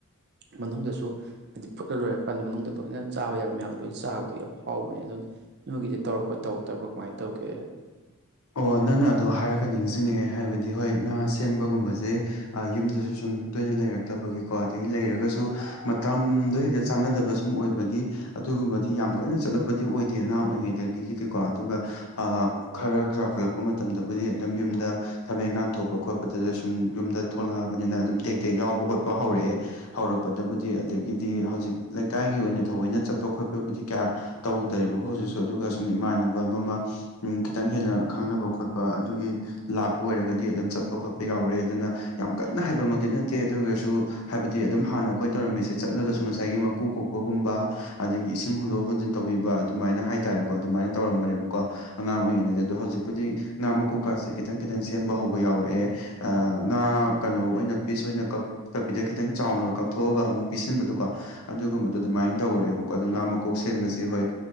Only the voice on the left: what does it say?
ꯑꯣ ꯅꯪꯅ ꯑꯗꯣ ꯍꯥꯏꯔꯒ ꯅꯤꯡꯖꯤꯡꯉꯛꯑꯦ ꯍꯥꯏꯕꯗꯤ ꯍꯣꯏ ꯉꯥ ꯁꯦꯝꯕꯒꯨꯝꯕꯖꯦ ꯑ ꯌꯨꯝꯗꯁꯨ ꯁꯨꯝ ꯇꯣꯏꯅ ꯂꯩꯔꯛꯇꯕꯒꯤꯀꯣ ꯑꯗꯒꯤ ꯂꯩꯔꯒꯁꯨ ꯃꯇꯝꯗꯣ ꯍꯦꯛꯇ ꯆꯥꯟꯅꯗꯕ ꯗꯨꯝ ꯑꯣꯏꯕꯒꯤ ꯑꯗꯨꯒꯨꯝꯕꯗꯤ ꯌꯥꯝ ꯀꯟꯅ ꯆꯠꯂꯛꯄꯗꯤ ꯑꯣꯏꯗꯦ ꯑꯉꯥꯡ ꯑꯣꯏꯔꯤꯉꯩꯗꯒꯤꯗꯤꯀꯣ ꯑꯗꯨꯒ ꯑ ꯈꯔ ꯆꯥꯎꯈꯠꯂꯛꯄ ꯃꯇꯝꯗꯕꯨꯗꯤ ꯑꯗꯨꯝ ꯌꯨꯝꯗ ꯊꯕꯛ ꯏꯪꯈꯥꯡ ꯊꯣꯛꯄ ꯈꯣꯠꯄꯗꯗ ꯁꯨꯝ ꯌꯨꯝꯗ ꯊꯣꯛꯂꯛꯑꯕꯅꯤꯅ ꯑꯗꯨꯝ ꯇꯦꯛꯇꯦꯛ ꯌꯥꯎꯕ ꯈꯣꯠꯄ ꯍꯧꯔꯛꯑꯦ ꯍꯧꯔꯛꯄꯗꯕꯨꯗꯤ ꯑꯗꯒꯤꯗꯤ ꯍꯧꯖꯤꯛ ꯂꯩꯀꯥꯏꯒꯤ ꯑꯣꯏꯅ ꯊꯑꯣꯏꯅ ꯆꯠꯄ ꯈꯣꯠꯄꯕꯨꯗꯤ ꯀꯌꯥ ꯇꯧꯗꯔꯦꯕꯀꯣ ꯍꯧꯖꯤꯛꯁꯨ ꯑꯗꯨꯒ ꯁꯨꯝ ꯏꯃꯥꯟꯅꯕ ꯑꯃ ꯑꯃ ꯎꯝ ꯈꯤꯇꯪ ꯍꯦꯟꯅ ꯈꯪꯅꯕ ꯈꯣꯠꯄ ꯑꯗꯨꯒꯤ ꯂꯥꯛꯄ ꯑꯣꯏꯔꯒꯗꯤ ꯑꯗꯨꯝ ꯆꯠꯄ ꯈꯣꯠꯄ ꯌꯥꯎꯔꯦ ꯑꯗꯨꯅ ꯌꯥꯝ ꯀꯟꯅ ꯍꯩꯕꯃꯛꯇꯤ ꯅꯠꯇꯦ ꯑꯗꯨꯑꯣꯏꯒꯁꯨ ꯍꯥꯏꯕꯗꯤ ꯑꯗꯨꯝ ꯍꯥꯟꯅ ꯑꯈꯣꯏ ꯇꯧꯔꯝꯃꯤꯁꯦ ꯆꯠꯂꯒꯁꯨ ꯉꯁꯥꯏꯒꯤ ꯃꯀꯨ ꯈꯣꯛꯄꯒꯨꯝꯕ ꯑꯗꯒꯤ ꯏꯁꯤꯡ ꯍꯣꯟꯗꯣꯛ ꯍꯣꯟꯖꯤꯟ ꯇꯧꯕꯤꯕ ꯑꯗꯨꯃꯥꯏꯅ ꯍꯥꯏꯇꯥꯔꯦꯀꯣ ꯑꯗꯨꯃꯥꯏꯅ ꯇꯧꯔꯝꯕꯅꯦꯕꯀꯣ ꯑꯉꯥꯡ ꯑꯣꯏꯉꯩꯗꯗꯤ ꯑꯗꯣ ꯍꯧꯖꯤꯛꯄꯨꯗꯤ ꯉꯥ ꯃꯀꯣꯛꯀꯥꯁꯦ ꯈꯤꯇꯪ ꯈꯤꯇꯪ ꯁꯦꯝꯕ ꯍꯧꯕ ꯌꯥꯎꯔꯛꯑꯦ ꯑꯥ ꯉꯥ ꯀꯩꯅꯣ ꯑꯣꯏꯅ ꯄꯤꯁ ꯑꯣꯏꯅ ꯀꯛ ꯇꯕꯤꯗ ꯈꯤꯇꯪ ꯆꯥꯎꯅꯒ ꯀꯛꯊꯣꯛꯑꯒ ꯑꯃꯨꯛ ꯄꯤꯁꯤꯟꯕꯗꯨꯀꯣ ꯑꯗꯨꯒꯨꯝꯕꯗꯣ ꯑꯗꯨꯃꯥꯏꯟ ꯇꯧꯔꯛꯑꯦꯕꯀꯣ ꯑꯗꯣ ꯉꯥ ꯃꯀꯣꯛ ꯁꯦ ꯝꯕꯁꯦ ꯍꯣꯏ